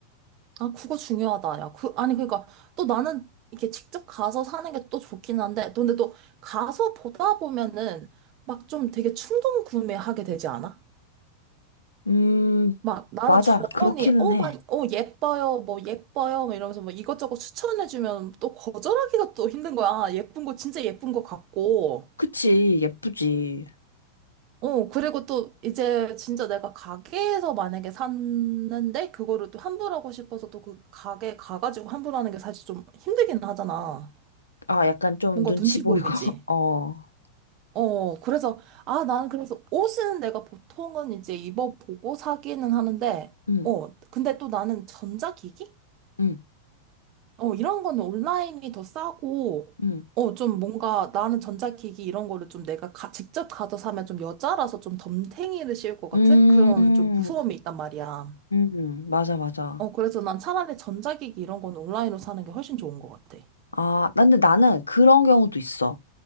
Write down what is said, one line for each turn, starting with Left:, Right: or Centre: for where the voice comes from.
Right: 아, 그거 중요하다. 야, 그, 아니, 그러니까 또 나는 이렇게 직접 가서 사는 게 또 좋긴 한데, 근데 또 가서 보다 보면은 막 좀 되게 충동 구매하게 되지 않아?
Left: 음,
Right: 막 나는
Left: 맞아.
Right: 점원이
Left: 그렇기는
Right: 어,
Left: 해.
Right: 막, 어, 예뻐요, 뭐 예뻐요, 막 이러면서 뭐 이것저것 추천해주면 또 거절하기가 또 힘든 거야. "아, 예쁜 거 진짜 예쁜 거 같고.
Left: 그치. 예쁘지.
Right: 어, 그리고 또 이제 진짜 내가 가게에서 만약에 샀는데 그거를 또 환불하고 싶어서 또 그 가게 가가지고 환불하는 게 사실 좀 힘들긴 하잖아.
Left: 아, 약간 좀
Right: 뭔가
Left: 눈치
Right: 눈치
Left: 보이고.
Right: 보이지.
Left: <laughs> 어.
Right: 어, 그래서, 아, 나는 그래서 옷은 내가 보통은 이제 입어보고 사기는 하는데,
Left: 응,
Right: 어, 근데 또 나는 전자기기?
Left: 응,
Right: 어, 이런 거는 온라인이 더 싸고,
Left: 응.
Right: 어, 좀 뭔가 나는 전자기기 이런 거를 좀 내가 가- 직접 가서 사면 좀 여자라서 좀 덤탱이를 씌울 것 같은
Left: 음,
Right: 그런 좀 무서움이 있단 말이야.
Left: 음, 맞아, 맞아.
Right: 어, 그래서 난 차라리 전자기기 이런 거는 온라인으로 사는 게 훨씬 좋은 것 같아.
Left: 아, 근데 나는 그런 경우도 있어.